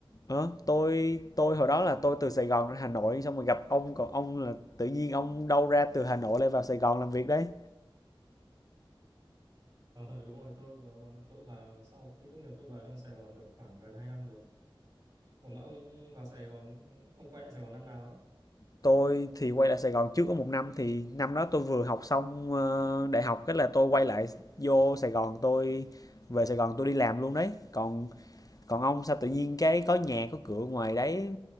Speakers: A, on the left (about 40°); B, on the right (about 35°).
A: Ờ, tôi tôi hồi đó là tôi từ Sài Gòn ra Hà Nội xong rồi gặp ông còn ông là tự nhiên ông đâu ra từ Hà Nội lại vào Sài Gòn làm việc đấy.
B: Ờ <laughs> đúng rồi, tôi vào, tôi vào sau khi tốt nghiệp tôi vào trong Sài Gòn được khoảng gần 2 năm rồi. Ủa mà ông vào Sài Gòn, ông quay lại Sài Gòn năm nào á?
A: Tôi thì quay lại Sài Gòn trước có một năm thì năm đó tôi vừa học xong ờ, đại học cái là tôi quay lại vô Sài Gòn tôi về Sài Gòn tôi đi làm luôn đấy. Còn còn ông sao tự nhiên cái có nhà có cửa ngoài đấy